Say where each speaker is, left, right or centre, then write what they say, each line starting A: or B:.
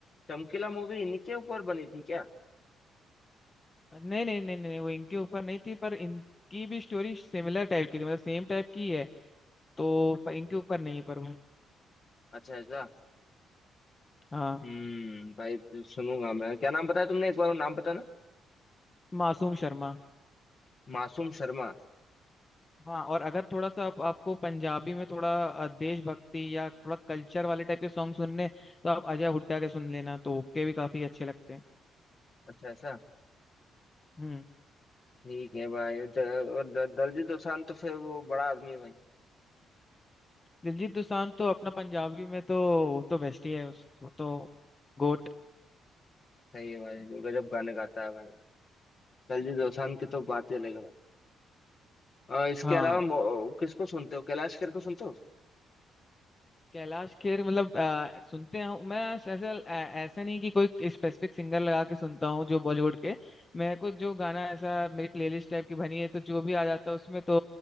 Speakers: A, on the left (about 45°); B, on the left (about 25°).
A: चमकीला मूवी इन्हीं के ऊपर बनी थी क्या
B: नहीं नहीं नहीं नहीं वो इनके ऊपर नहीं थी पर इनकी भी स्टोरी सिमिलर टाइप की थी मतलब सेम टाइप की है तो पर इनके ऊपर नहीं पर वो
A: अच्छा ऐसा
B: हाँ
A: हम्म भाई सुनूंगा मैं क्या नाम बताया तुमने एक बार वो नाम बताना
B: मासूम शर्मा
A: मासूम शर्मा
B: हाँ और अगर थोड़ा सा आप, आपको पंजाबी में थोड़ा अ, देशभक्ति या थोड़ा कल्चर वाले टाइप के सॉन्ग सुनने हैं, तो आप अजय हुड्डा के सुन लेना तो उनके भी काफी अच्छे लगते हैं
A: अच्छा ऐसा
B: हम्म
A: ठीक है भाई और ज- और द- दलजीत दोसांझ तो फिर वो बड़ा आदमी है भाई
B: दिलजीत दोसांझ तो अपना पंजाबी में तो वो तो बेस्ट ही है उसको तो गोट
A: सही है भाई वो गजब गाने गाता है भाई दलजीत दोसांझ की तो बात ही अलग है भाई अ, इसके
B: हाँ
A: अलावा मो- किसको सुनते हो कैलाश खेर को सुनते हो
B: कैलाश खेर मतलब अ, सुनते हैं मैं ऐसे ऐसा ऐसा नहीं कि कोई स्पेसिफिक सिंगर लगा के सुनता हूँ जो बॉलीवुड के मेरे को जो गाना ऐसा मेरी प्लेलिस्ट टाइप की बनी है तो जो भी आ जाता है उसमें तो